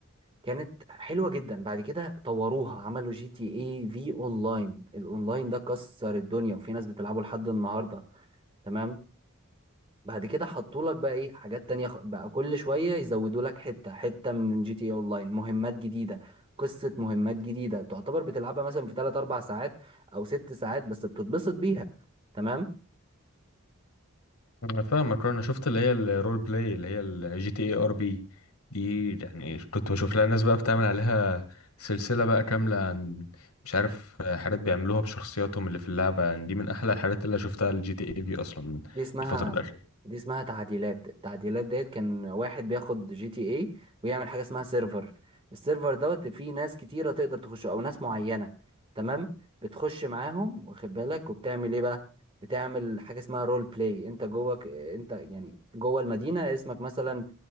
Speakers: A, on the right (about 25°); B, on the left (about 85°).
A: كانت حلوه جدا بعد كده طوروها عملوا جي تي اي في اونلاين الاونلاين ده كسر الدنيا وفي ناس بتلعبه لحد النهارده تمام بعد كده حطوا لك بقى ايه حاجات تانية خ- بقى كل شوية يزودوا لك حتة حتة من جي تي اي اونلاين مهمات جديدة قصة مهمات جديدة تعتبر بتلعبها مثلا في 3 4 ساعات او 6 ساعات بس بتتبسط بيها تمام
B: انا فاهمك انا شفت اللي هي الرول بلاي اللي هي الجي تي اي ار بي دي يعني كنت بشوف لها ناس بقى بتعمل عليها سلسلة بقى كاملة عن مش عارف حاجات بيعملوها بشخصياتهم اللي في اللعبة يعني دي من احلى الحاجات اللي شفتها الجي تي اي في اصلا
A: دي اسمها
B: الفترة الأخيرة
A: دي اسمها تعديلات التعديلات ديت كان واحد بياخد جي تي اي ويعمل حاجه اسمها سيرفر السيرفر دوت فيه ناس كتيره تقدر تخش او ناس معينه تمام بتخش معاهم واخد بالك وبتعمل ايه بقى بتعمل حاجه اسمها رول بلاي انت جواك انت يعني جوه المدينه اسمك مثلا